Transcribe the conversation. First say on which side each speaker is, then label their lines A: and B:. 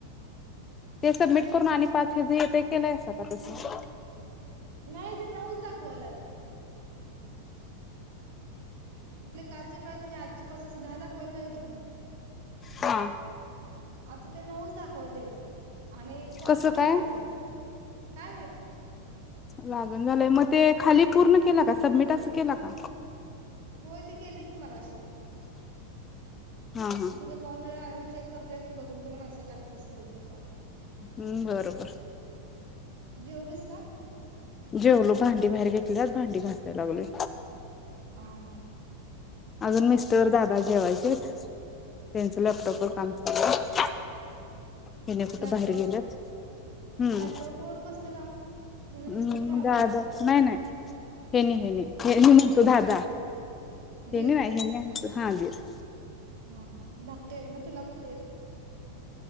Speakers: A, on the left; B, on the right.
A: ते सबमिट करून आणि पाच हेजं येतय ते केलायसा का तसं?
B: नाही ते नऊच दाखवाल्यात. आपले कालचे पाच आणि आजचे पाच असं दहा दख व्हायला पाहिजे होत नाही.
A: हा
B: आता ते नऊच दाखवले आणि कॉल
A: कसं
B: पण
A: काय
B: लागण झालाय, काय माहित?
A: लागण झालंय मग ते खाली पूर्ण केला का, सबमिट असं केला का?
B: होय ते केलंय की मगाशी.
A: हा हा
B: अगं तुझा कॉल झाल्यावर <unintelligible> चेक करतेय आणि बघून तुला मेसेज टाकते स्क्रीनशॉट. काढून
A: हम्म बरं बरं.
B: जेवलीस का
A: जेवलो, भांडी बाहेर घेतल्यात भांडी घासाय लागलोय.
B: अ हा.
A: अजून मिस्टर दादा जेवायचेत. त्यांच लॅपटॉपवर
B: ह ह
A: काम चालु आहे. त्याने कुठे
B: लॅपटॉप
A: बाहेर गेल्यात हम्म
B: लॅपटॉप वर कसलं काम
A: हम्म
B: मिस्टर पण ऑनलाईन
A: दादा
B: काम करतात
A: नाही
B: का
A: नाही, हेनी हेनी हे तो दादा. हेनी
B: दीर
A: नाही हेनी हा दिर.
B: हा हा धाकटे आहेत ना तुला पण दीर.